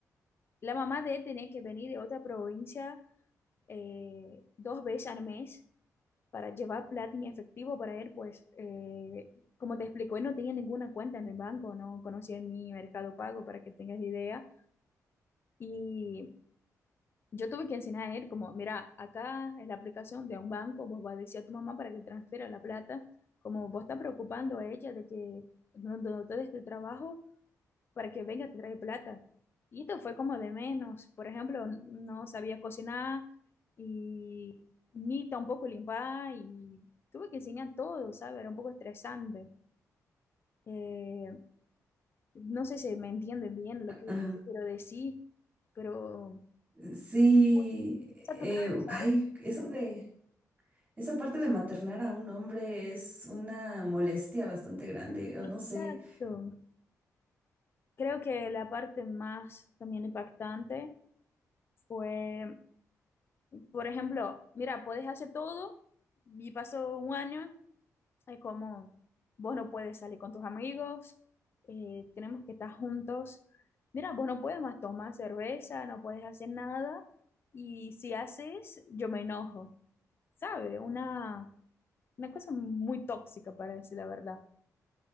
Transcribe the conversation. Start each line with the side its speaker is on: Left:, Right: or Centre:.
Left: la mamá de él tenía que venir de otra provincia eh, dos veces al mes para llevar plata en efectivo para él, pues eh, como te explico, él no tenía ninguna cuenta en el banco, no conocía ni Mercado Pago para que tengas idea. Y yo tuve que enseñar a él como, mira, acá es la aplicación de un banco, vos vas a decir a tu mamá para que transfiera la plata, como vos estás preocupando a ella de que no, no te des tu trabajo para que venga, te trae plata. Y esto fue como de menos. Por ejemplo, no sabía cocinar y ni tampoco limpar y tuve que enseñar todo, ¿sabes? Era un poco estresante. Eh, no sé si me entienden bien lo
Right: Ajá.
Left: que quiero decir, pero
Right: Sí,
Left: muy
Right: eh,
Left: saturado, ¿sabes?
Right: ay, eso de, esa parte de maternar a un hombre es una molestia bastante grande, o no
Left: Exacto.
Right: sé.
Left: Creo que la parte más también impactante fue, por ejemplo, mira, puedes hacer todo y pasó un año Es como, vos no puedes salir con tus amigos, eh, tenemos que estar juntos. Mira, vos no puedes más tomar cerveza, no puedes hacer nada, y si haces, yo me enojo, ¿sabe? Una, una cosa muy tóxica, para decir la verdad.